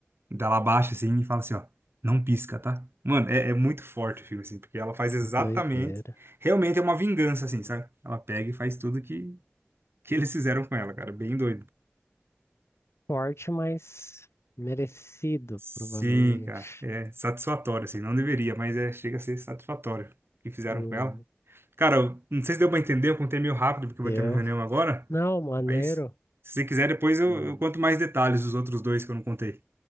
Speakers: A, on the right; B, on the left.
A: dela abaixa assim e fala assim, ó, não pisca, tá? Mano, é, é muito forte o filme, assim, porque ela faz
B: que
A: exatamente.
B: doideira.
A: Realmente é uma vingança, assim, sabe? Ela pega e faz tudo que, que eles fizeram com ela, cara. Bem doido.
B: Forte, mas merecido,
A: Sim,
B: provavelmente.
A: cara. É satisfatório, assim. Não deveria, mas é, chega a ser satisfatório o que fizeram
B: Hum.
A: com ela. Cara, eu não sei se deu pra entender, eu contei meio rápido, porque
B: Deu.
A: eu vou ter uma reunião agora.
B: Não, maneiro.
A: Mas se você quiser, depois eu,
B: Não.
A: eu conto mais detalhes dos outros dois que eu não contei.